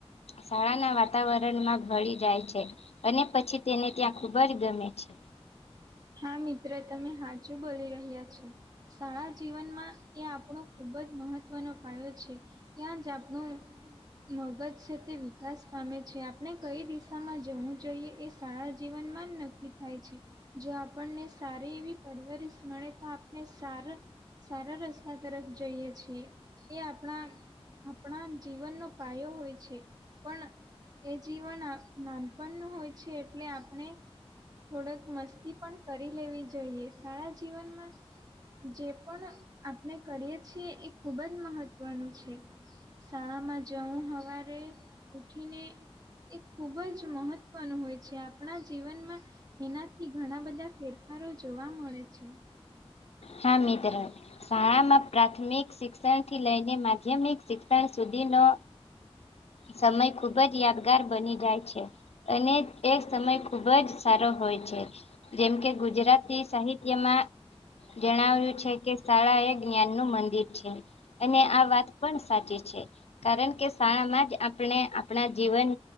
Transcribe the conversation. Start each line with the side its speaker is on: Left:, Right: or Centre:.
Left: શાળાના વાતાવરણમાં ભળી જાય છે અને પછી તેને ત્યાં ખૂબ જ ગમે છે
Right: હા મિત્ર તમે હાચુ બોલી રહ્યા છો શાળા જીવનમાં એ આપણો ખુબ જ મહત્વનો પાયો છે ત્યાં જ આપણો મગજ છે તે વિકાસ પામે છે આપણે કઈ દિશામાં જવું જોઈએ એ શાળા જીવન માં જ નક્કી થાય છે જો આપણને સારી એવી પરવરશ મળે તો આપને સારા સારા રસ્તા તરફ જઈએ છીએ એ આપડા આપડા જીવનનો પાયો હોય છે પણ એ જીવન નાનપણ નું હોય છે એટલે આપણે થોડક મસ તી પણ કરી લેવી જોઈએ શાળા જીવનમાં જે પણ આપણે કરીએ છીએ એ ખુબ જ મહત્વનું છે શાળા માં જવું હવારે ઉઠીને એ ખુબ જ મહત્વનું હોય છે આપ પણા જીવનમાં એનાથી ઘણા બધા ફેરફારો જોવા મળે છે
Left: હા મિત્ર શાળામાં પ્રાથમિક શિક્ષણ થી લઈને માધ્યમિક શિક્ષણ સુધીનો સમય ખુબ જ યાદગાર બની જાય છે અને એ સમય ખૂબ જ સારો હોય છે જેમ કે ગુજરાતી સાહિત્યમાં જણાવ્યું છે કે શાળા એ જ્ઞાન નું મંદિર છે અને આ વાત પણ સાચી છે કારણ કે શાળામાં જ આપણે આપણા જીવન